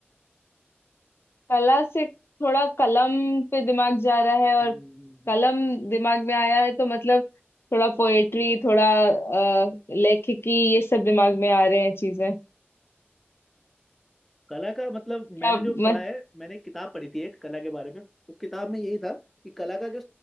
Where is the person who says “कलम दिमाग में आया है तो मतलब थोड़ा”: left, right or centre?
Left